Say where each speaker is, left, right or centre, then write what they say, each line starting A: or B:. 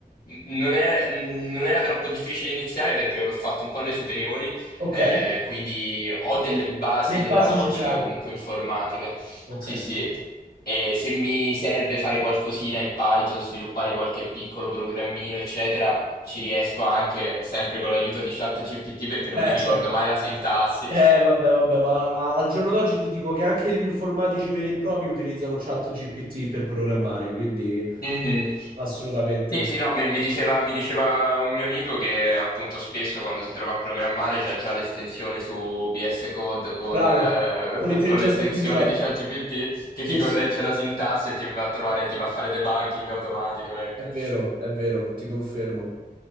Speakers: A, on the left; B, on the right.
A: non era, non era troppo difficile iniziare perché l'ho fatto un po' alle superiori,
B: Ok.
A: eh, quindi ho delle basi
B: Le basi
A: della logica
B: ce le hai.
A: comunque informatica.
B: Ok.
A: Sì, sì. E se mi serve fare qualcosina in Python, sviluppare qualche piccolo programmino, eccetera, ci riesco anche sempre con l'aiuto di ChatGPT perché non
B: Eh,
A: mi ricordo
B: certo.
A: mai la sintassi.
B: Eh, vabbè, vabbè, ma a- al giorno d'oggi ti dico che anche gli informatici veri e propri utilizzano ChatGPT per programmare, quindi
A: Mhm.
B: assolutamente.
A: Sì, sì, no, mi, mi diceva, mi diceva un mio amico che appunto spesso quando si trova a programmare c'ha già l'estensione su VS Code con,
B: Bravo,
A: eh,
B: con l'intelligenza
A: <laughs> con l'estensione
B: artificiale.
A: di ChatGPT che
B: Sì,
A: ti corregge
B: sì, sì.
A: la sintassi e ti va a trovare, ti va a fare debugging automatico, ecco.
B: è vero, è vero, ti confermo.